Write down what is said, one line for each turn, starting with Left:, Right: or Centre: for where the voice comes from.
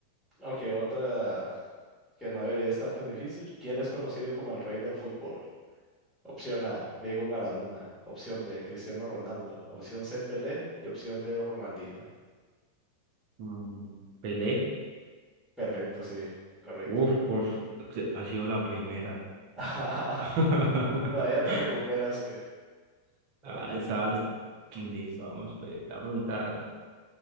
Centre: ok, otra que no debería estar tan difícil. ¿Quién es conocido como el rey del fútbol? Opción A, Diego Maradona. Opción B, Cristiano Ronaldo. Opción C, Pelé. Y opción D, Ronaldinho.
Right: mm, Pelé.
Centre: Perfecto, sí, correcto.
Right: Uf, por... f- Ha sido la primera.
Centre: <laughs>
Right: <laughs>
Centre: Todavía te recuperas, que todavía
Right: Ah,
Centre: te
Right: esa
Centre: recuperas.
Right: Listo, vamos pues, a preguntar.